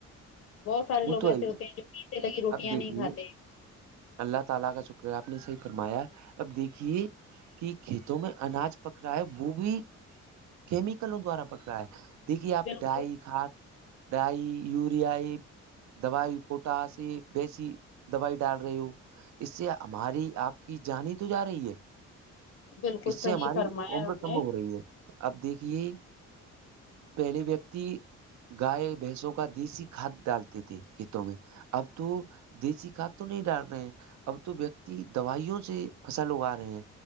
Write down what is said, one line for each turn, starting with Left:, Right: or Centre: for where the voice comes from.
Left: بہت سارے
Right: وہ
Left: لوگ
Right: تو
Left: ایسے
Right: ہے ہی۔
Left: ہوتے ہیں جو گھی سے لگی روٹیاں
Right: اب دیکھیے
Left: نہیں کھاتے
Right: اللہ تعالی کا شکر ہے آپ نے صحیح فرمایا اب دیکھیے کہ کھیتوں میں اناج پک رہا ہے وہ بھی کیمیکلوں دوارا پک رہا ہے دیکھیے آپ
Left: بالکل
Right: ڈائی کھاد ڈائی یوریا دوائی پوٹاس بیسی دوائی ڈال رہی ہو اس سے ہماری آپ کی جانی تو جا رہی ہے
Left: بالکل
Right: اس سے
Left: صحیح
Right: ہماری
Left: فرمایا
Right: عمر
Left: آپ
Right: کم
Left: نے
Right: ہو رہی ہے اب دیکھیے پہلی ویکتی گائے بھینسوں کا دیسی کھاد ڈالتے تھے کھیتوں میں اب تو دیسی کھاد تو نہیں ڈال رہے ہیں اب تو ویکتی دوائیوں سے فصل اگا رہے ہیں